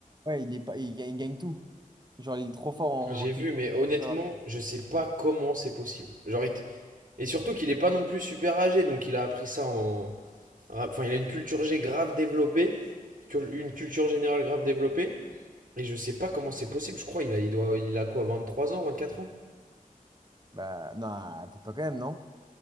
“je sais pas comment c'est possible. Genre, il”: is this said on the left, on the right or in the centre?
Right